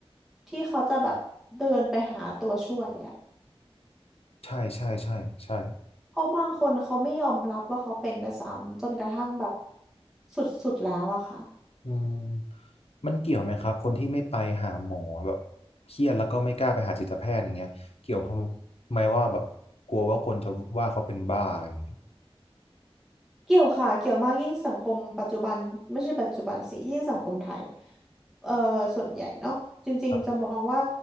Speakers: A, in the centre; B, on the left.
A: ที่เขาจะแบบเดินไปหาตัวช่วยอะ
B: ใช่ใช่ใช่ใช่
A: เพราะบางคนเขาไม่ยอมรับว่าเขาเป็นด้วยซ้ำจนกระทั่งแบบสุดๆแล้วอะค่ะ
B: อืมมันเกี่ยวไหมครับคนที่ไม่ไปหาหมอแบบเครียดแล้วก็ไม่กล้าไปหาจิตแพทย์อย่างเงี้ยเกี่ยวทำไมว่าแบบกลัวว่าคนจะว่าเขาเป็นบ้าอะไรอย่างเงี้ย
A: เกี่ยวค่ะเกี่ยวมากยิ่งสังคมปัจจุบันไม่ใช่ปัจจุบันสิยิ่งสังคมไทยเอ่อส่วนใหญ่เนาะจริงๆจะมองว่า
B: ครับ